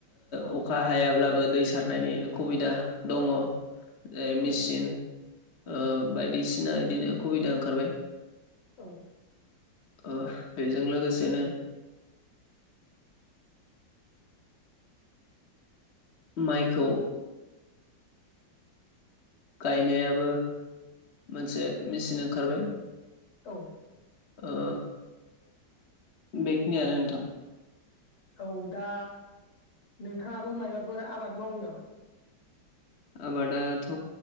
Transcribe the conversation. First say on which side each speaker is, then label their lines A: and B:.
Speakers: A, on the left; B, on the left.
A: औ
B: ओ अखा हायाब्लाबो दै सारनायनि खुबिदा दङ' जेरै मेचिन।
A: औ
B: ओ बायदिसिना इदिनो खुभिदा ओंखारबाय
A: औ
B: ओ बेजों लोगोसेनो माइखौ गायनायाबो मोनसे मेचिन ओंखारबाय।
A: औ
B: ओ बेखिनियानो नोंथां।
A: औ दा नोंथाङाबो मायबाफोर आबाद मावो नामा?
B: आबादाथ'